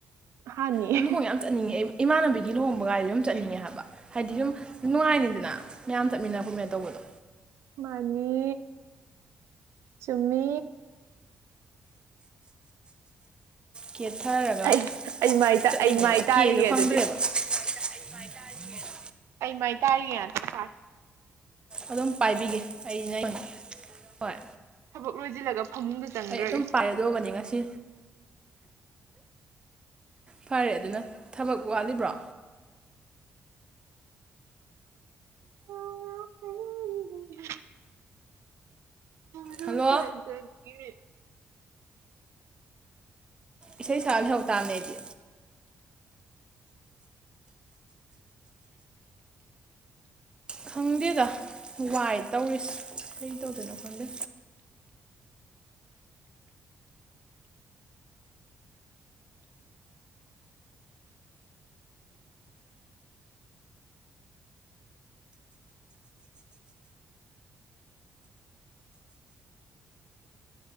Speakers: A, on the right; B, on the right.
A: ꯍꯥꯟꯅꯤ
B: <inaudible> ꯑꯗꯨ ꯌꯥꯝ ꯆꯠꯅꯤꯡꯉꯦ ꯑꯩ ꯏꯃꯥꯟꯅꯕꯤꯒꯤ ꯂꯨꯍꯣꯡꯕ ꯒꯥꯢꯗꯨ ꯑꯗꯨꯝ ꯆꯠꯅꯤꯡꯉꯦ ꯍꯥꯏꯕ ꯍꯥꯏꯗꯤ ꯁꯨꯝ ꯅꯨꯡꯉꯥꯏꯅꯤꯗꯅ ꯃꯌꯥꯝ ꯆꯠꯃꯤꯟꯅ ꯈꯣꯠꯃꯥꯟꯅ ꯇꯧꯕꯗꯣ
A: ꯃꯥꯅꯤ ꯆꯨꯝꯃꯤ
B: ꯀꯦꯊꯥꯔꯒ
A: ꯑꯩ ꯑꯩ ꯃꯥꯏ
B: ꯆꯠꯅꯤꯡꯉꯦꯕ
A: ꯑꯩ ꯃꯥꯏ ꯇꯥꯔꯤꯒꯦ
B: ꯀꯦꯕ
A: ꯑꯗꯨꯗꯤ
B: ꯐꯪꯗ꯭ꯔꯦꯕ ꯑꯩ ꯃꯥꯏ ꯇꯥꯔꯤꯌꯦ <inaudible>
A: ꯑꯩ ꯃꯥꯏ ꯇꯥꯔꯤꯌꯦ ꯉꯥꯛꯇꯪ ꯄꯥꯏꯌꯨ
B: ꯑꯗꯨꯝ ꯄꯥꯏꯕꯤꯒꯦ ꯑꯩꯩꯅ ꯑꯩꯅ ꯍꯣꯏ
A: ꯊꯕꯛ ꯂꯣꯏꯁꯤꯜꯂꯒ ꯐꯃꯨꯡꯗ ꯆꯪꯈ꯭ꯔꯒꯦ
B: ꯑꯩ ꯑꯗꯨꯝ ꯄꯥꯏꯒꯗꯧꯕꯅꯤ ꯉꯁꯤ ꯐꯔꯦ ꯑꯗꯨꯅ ꯊꯕꯛ ꯋꯥꯠꯂꯤꯕ꯭ꯔꯣ
A: <inaudible> ꯎꯔꯨꯕꯗꯒꯤ
B: ꯍꯜꯂꯣ
A: <inaudible>
B: ꯏꯁꯩ ꯁꯛꯑ ꯂꯩꯍꯧꯇꯥꯥꯕꯅꯤ ꯑꯩꯗꯤ ꯈꯪꯗꯦꯗ ꯋꯥꯏ ꯇꯧꯔꯤꯁꯦ ꯀꯩ ꯇꯧꯗꯣꯏꯅꯣ ꯈꯪꯗꯦ